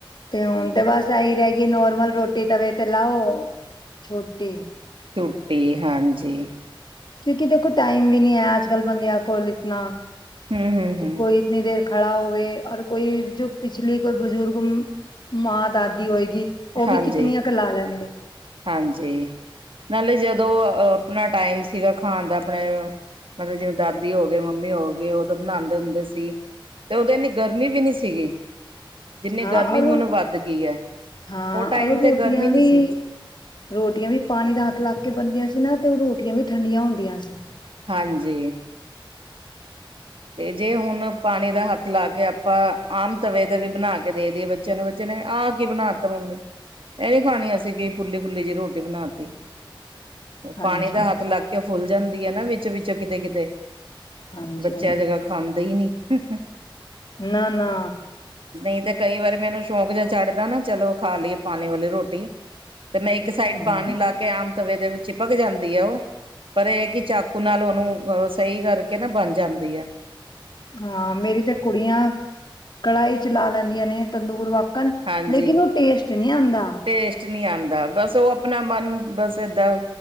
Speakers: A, on the left; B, on the right.
A: ਤੇ ਹੁਣ ਤੇ ਬਸ ਇਹੀ ਰਹਿ ਗਈ ਨੋਰਮਲ ਰੋਟੀ ਤਵੇ ਤੇ ਲਾਓ ਛੋਟੀ
B: ਛੁੱਟੀ ਹਾਂਜੀ।
A: ਕਿਉਂਕਿ ਦੇਖੋ ਟਾਈਮ ਵੀ ਨੀ ਹੈ ਅੱਜ ਕੱਲ ਬੰਦਿਆਂ ਕੋਲ ਇਤਨਾ।
B: ਹਮ-ਹਮ, ਹਮ
A: ਕਿ ਕੋਈ ਇਤਨੀ ਦੇਰ ਖੜਾ ਹੋਵੇ ਔਰ ਕੋਈ ਜੋ ਪਿਛਲੀ ਕੋਈ ਬਜ਼ੁਰਗ ਮਾਂ ਦਾਦੀ ਹੋਏਗੀ ਉਹ
B: ਹਾਂਜੀ
A: ਵੀ ਕਿਤਨੀਆਂ ਕ ਲਾ ਲੈਣਗੇ।
B: ਹਾਂਜੀ ਨਾਲੇ ਜਦੋਂ ਆਪਣਾ ਟਾਈਮ ਸੀਗਾ ਖਾਣ ਦਾ ਆਪਣੇ ਮਤਲਬ ਜਿਵੇਂ ਦਾਦੀ ਹੋ ਗਈ ਮੰਮੀ ਹੋ ਗਈ ਉਦੋਂ ਬਣਾਉਂਦੇ ਹੁੰਦੇ ਸੀ ਤੇ ਉਦੋਂ ਇੰਨੀ ਗਰਮੀ ਵੀ ਨੀ ਸੀਗੀ। ਜਿੰਨੀ
A: ਹਾਂ
B: ਗਰਮੀ
A: ਔਰ
B: ਹੁਣ ਵੱਧ ਗਈ ਹੈ
A: ਹਾਂ
B: ਉਹ ਟਾਈਮ
A: ਔਰ
B: ਤੇ
A: ਰੋਟੀਆਂ
B: ਗਰਮੀ ਨੀ
A: ਵੀ
B: ਸੀ।
A: ਰੋਟੀਆਂ ਵੀ ਪਾਣੀ ਦਾ ਹੱਥ ਲੱਗ ਕੇ ਬਣਦੀਆਂ ਸੀ ਨਾ ਤੇ ਰੋਟੀਆਂ ਵੀ ਠੰਡੀਆਂ ਹੁੰਦੀਆਂ ਸੀ।
B: ਹਾਂਜੀ ਤੇ ਜੇ ਹੁਣ ਪਾਣੀ ਦਾ ਹੱਥ ਲਾ ਕੇ ਆਪਾਂ ਆਮ ਤਵੇ ਤੇ ਵੀ ਬਣਾ ਕੇ ਦੇ ਦੀਈਏ ਬੱਚਿਆਂ ਨੂੰ ਬੱਚੇ ਨੇ ਆਹ ਕੀ ਬਣਾ ਤਾ ਮੰਮੀ ਇਹ ਨੀ ਖਾਣੀ ਅਸੀਂ ਕਿ ਫੁੱਲੀ-ਫੁੱਲੀ ਜਿਹੀ ਰੋਟੀ ਬਣਾ ਤੀ। ਉਹ
A: ਹਾਂਜੀ
B: ਪਾਣੀ ਦਾ ਹੱਥ ਲੱਗ ਕੇ ਫੁੱਲ ਜਾਂਦੀ ਹੈ ਨਾ ਵਿੱਚ-ਵਿੱਚ ਕਿਤੇ-ਕਿਤੇ।
A: ਹਾਜੀ
B: ਚੇ ਅੱਜ ਕੱਲ ਖਾਂਦੇ ਹੀ ਨੀ। ਹ, ਹੂੰ
A: ਨਾ-ਨਾ।
B: ਨਹੀਂ ਤੇ ਕਈ ਵਾਰੀ ਮੈਨੂੰ ਸ਼ੌਂਕ ਜਿਹਾ ਚੱਡਦਾ ਨਾ ਚਲੋ ਖਾ ਲਈਏ ਪਾਣੀ ਵਾਲੀ ਰੋਟੀ। ਤੇ ਮੈਂ ਇੱਕ ਸਾਈਡ
A: ਹਮ
B: ਪਾਣੀ ਲਾ ਕੇ ਆਮ ਤਵੇ ਦੇ ਚਿਪਕ ਜਾਂਦੀ ਹੈ ਉਹ ਪਰ ਇਹ ਕਿ ਚਾਕੂ ਨਾਲ ਉਹਨੂੰ ਸਹੀ ਕਰਕੇ ਨਾ ਬਣ ਜਾਂਦਾ ਗਿਆ
A: ਹਾਂ ਮੇਰੀ ਤਾਂ ਕੁੜੀਆਂ ਕੜਾਹੀ ਚ ਲਾ ਲੈਂਦੀਆਂ ਨੇ ਤੰਦੂਰ ਵਾਕਣ
B: ਹਾਂਜੀ
A: ਲੇਕਿਨ ਉਹ ਟੇਸਟ ਨਹੀਂ ਆਉਂਦਾ
B: ਟੇਸਟ ਨਹੀਂ ਆਉਂਦਾ ਬਸ ਉਹ ਆਪਣਾ ਮਨ ਬਸ ਏਦਾਂ